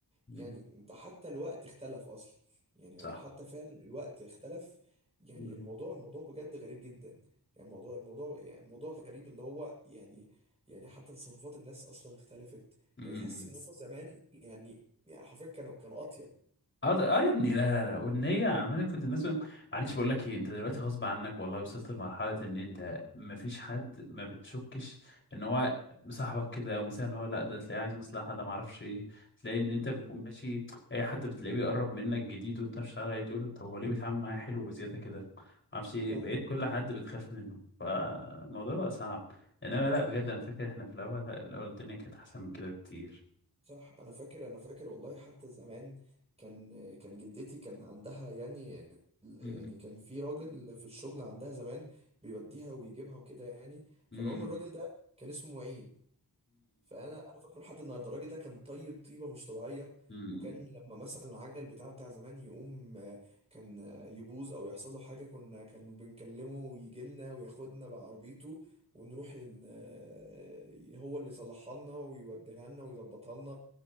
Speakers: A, on the left; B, on the right.
A: مم،
B: يعني انت حتى الوقت اختلف اصلا يعني
A: صح
B: هو حتى فعلا الوقت اختلف يعني
A: مم،
B: الموضوع الموضوع بجد غريب جدا يعني الموضوع الموضوع يعني موضوع غريب اللي هو يعني يعني حتى تصرفات الناس اصلا اختلفت
A: مم،
B: يعني تحس
A: مم.
B: ان هم زمان يعني يعني حرفيا كانوا كانوا اطيب
A: اه ط- اه يا ابني لا لا لا والنية عمالة كنت الناس بقول- معلش بقول لك ايه انت دلوقتي غصب عنك والله وصلت لمرحلة ان انت مفيش حد ما بتشكش ان هو مصاحبك كده ومثلا اللي هو لا ده تلاقيه عايز مصلحة ده معرفش ايه تلاقي ان انت
B: مم.
A: بتكون ماشي اي حد بتلاقيه بيقرب منك جديد وانت مش عارف إيه، تقول طب هو ليه بيتعامل معايا حلو بزيادة كده معرفش ايه
B: صح
A: بقيت كل حد بتخاف منه فالموضوع بقى صعب انما لا
B: صح
A: بجد انا فاكر احنا في الاول لا الاول الدنيا كانت احسن من كده بكتير
B: صح انا فاكر انا فاكر والله حتى زمان كان كان جدتي كان عندها يعني يعني
A: امم
B: كان في راجل في الشغل عندها زمان بيوديها ويجيبها وكده يعني فالمهم
A: امم
B: الراجل ده كان اسمه معين فانا انا فاكره لحد النهارده الراجل ده كان طيب طيبه مش طبيعيه
A: امم
B: وكان لما مثلا العجل بتاعه بتاع زمان يقوم آه، كان آه، يبوظ او يحصل له حاجه كنا كان بنكلمه ويجي لنا وياخدنا بعربيته ونروح ن- آه، هو اللي يصلحها لنا ويوديها لنا ويظبطها لنا